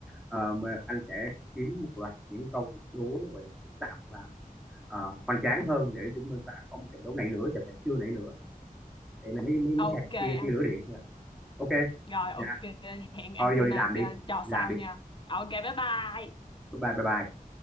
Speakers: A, in the centre; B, on the left.
A: ờ, mà anh sẽ kiếm một loạt những câu đố gọi là phức tạp và ờ, hoành tráng hơn để chúng ta có một trận đấu nảy lửa trận này chưa nảy lửa vậy là mới mới mới
B: ok
A: sạc tia
B: anh
A: tia lửa điện thôi à. ok
B: rồi ok
A: nha
B: hẹn anh
A: thôi vô đi làm
B: à,
A: đi
B: à, trò
A: Đi làm
B: sau
A: đi
B: nha ok bye bye
A: bye bye bye bye